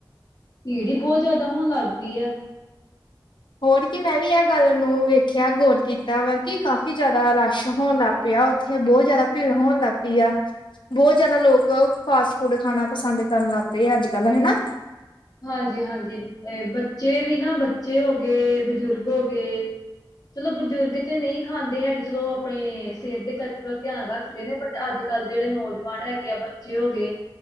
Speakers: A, on the left; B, on the left.
A: ਪੀੜੀ ਬੌਤ ਜੈਦਾ ਹੋਣ ਲੱਗ ਪਈ ਐ।
B: ਹੋਰ ਕੀ, ਮੈਂ ਵੀ ਐ ਗੱਲ ਨੂੰ ਵੇਖਿਆ ਗੌਰ ਕੀਤਾ ਵਾ ਕਿ ਕਾਫ਼ੀ ਜੈਦਾ ਰਸ਼ ਹੋਣ ਲੱਗ ਪੇ ਆ, ਔਥੇ ਬੌਤ ਜੈਦਾ ਭੀੜ ਹੋਣ ਲੱਗ ਪਈ ਆ। ਬੌਤ ਜੈਦਾ ਲੋਕ ਫਾਸਟ ਫੂਡ ਖਾਣਾ ਪਸੰਦ ਕਰਨ ਲੱਗ ਪੇ ਆ ਅੱਜ-ਕੱਲ੍ਹ, ਹਨਾ।
A: ਹਾਂਜੀ ਹਾਂਜੀ, ਏਅ ਬੱਚੇ ਵੀ ਨਾ, ਬੱਚੇ ਹੋਗੇ ਬਜ਼ੁਰਗ ਹੋਗੇ। ਚਲੋ, ਬਜ਼ੁਰਗ ਤੇ ਨਹੀਂ ਖਾਂਦੇ ਹੈਗੇ ਚਲੋ ਅਪਣੇ ਸਿਹਤ ਦੇ ਕਸਰਤ ਧਿਆਨ ਰੱਖਦੇ ਨੇ ਬਟ ਅੱਜ ਅੱਜ-ਕੱਲ ਜੇੜੇ ਨੌਜਵਾਨ ਹੈਗੇ ਆ ਬੱਚੇ ਹੋਗੇ,